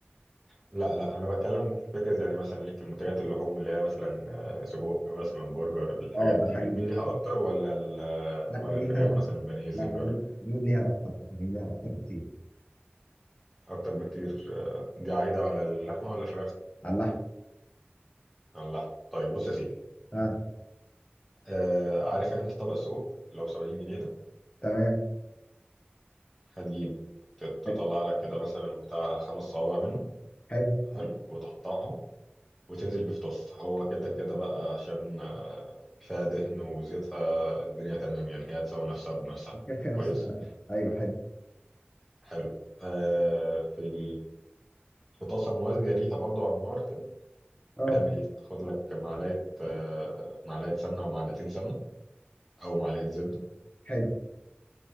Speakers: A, in the centre; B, on the left.
A: لا لا انا بتكلم في فكره يعني مثلا ليك في المنتجات اللحوم اللي هي مثلا آه، سجق مثلا برجر الحاجات
B: اه
A: دي
B: ده حقيقي
A: بتميل ليها اكتر ولا ال- آه،
B: لا
A: ولا
B: أميل
A: الفراخ
B: ليها أكتر
A: مثلا بانيه زنجر
B: لا أميل أميل ليها أكتر أميل ليها أكتر بكتير
A: اكتر بكتير آه، دي عايده على اللحمه ولا الفراخ
B: على اللحم
A: على اللحمه طيب بص يا سيدي
B: اه
A: آه عارف انت طبق السجق لو ب 70 جنيه ده
B: تمام
A: هتجيبه تت- تطلع
B: حلو
A: لك كده مثلا بتاع خمس صوابع منه
B: حلو
A: حلو وتقطعه وتنزل بيه في طاسه هو كده كده بقى عشان آه، فيها دهن وزيتها الدنيا تمام يعني هي تساوي نفسها بنفسها
B: الكفة نفسها
A: كويس
B: أيوه حلو
A: حلو آه في ال... في طاسه موازيه ليها برضو على النار كده
B: اه
A: تعمل ايه تاخد لك معلقه آه، معلقه سمنه ومعلقتين سمنه او معلقه زبده
B: حلو